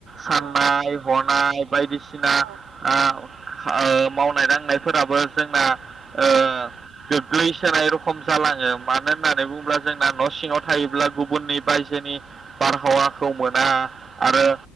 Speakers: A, on the right (about 30°); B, on the right (about 75°).
A: साननाय
B: औ
A: हनाय हनाय बायदिसिना
B: औ
A: आ ओ मावनाय दांनाय फोराबो जोंना ओ
B: औ
A: बे गोलैसोनाय रखम जालाङो मानो होननानै बुङोब्ला जोंना न' सिङाव थायोब्ला
B: औ
A: गुबुननि रायजोनि बारहावा खौ मोना
B: औ
A: आरो